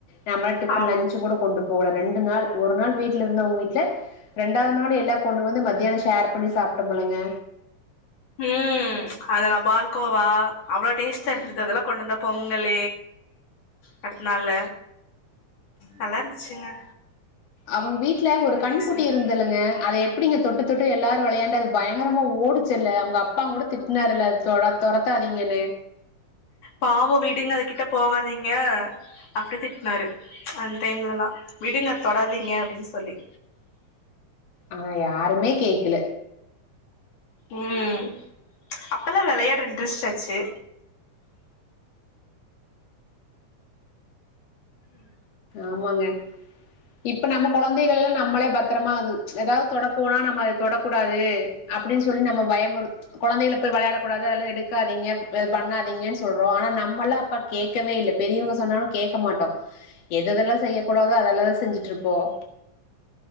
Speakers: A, on the left; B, on the left.
A: நம்ம டிபன்லஞ்ச
B: ஆமா
A: கூட கொண்டு போவுல ரெண்டு நாள் ஒரு நாள் வீட்டு்ல இருந்தா உங்க வீட்டுல ரெண்டாவது நாள் எல்லா கொண்ணு வந்து மத்தியானம் ஷேர் பண்ணி சாப்பிட்டலங்க
B: உம் அதெல்லாம் பால்கோவா அவ்வளவு டேஸ்டா இருந்தது அதெல்லா கொண்டு வந்தா பொங்கல் அடுத்த நாள்ல நல்லா இருந்துச்சுங்க
A: அவங்க வீட்டுல
B: அந்த
A: ஒரு கண்ணு
B: டேஸ்ஸு
A: குட்டி இருந்தல்லுங்க அதய எப்படிங்க தொட்டு தொட்டு எல்லாரும் விளையாண்ட அது பயங்கரமா ஓடுச்சுல்ல அவங்க அப்பா கூட திட்டினார்ல்லா துரத்தாதீங்கன்னு
B: பாவம் வீடுங்க கிட்ட போகாதீங்க அப்படி திட்டினாரு அந்த டைம்லல்லா விடுங்க தொடாதீங்க அப்படின்னு சொல்லி
A: ஆனா யாருமே கேக்கல
B: உம் அப்பல்லா விளையாடுற இன்ட்ரெஸ்ட ஆச்சு ம்
A: ஆமாங்க இப்ப நம்ம குழந்தைகள் எல்லாம் நம்மளே பத்திரமா வ ஏதாவது தொட போனா நம்ம அதை தொடக்கூடாது அப்படின்னு சொல்லி நம்ம பயமுற குழந்தைக போய் விளையாடக்க கூடாது அதது எடுக்காதீங்க பண்ணாதீங்கன்னு சொல்றோம் ஆனா நம்மல்லா கேடக்கவே இல்லபெரியவங்க சொன்னாலு கேட்க மாட்டோம் எதுதெல்லாம் செய்ய கூடாதோ அதெல்லதா செஞ்சுட்டு இருப்போம்